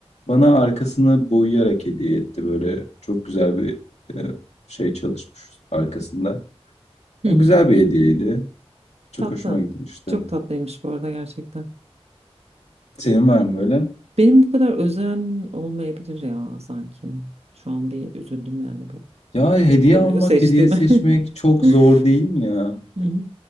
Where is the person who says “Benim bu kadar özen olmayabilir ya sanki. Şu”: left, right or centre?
Right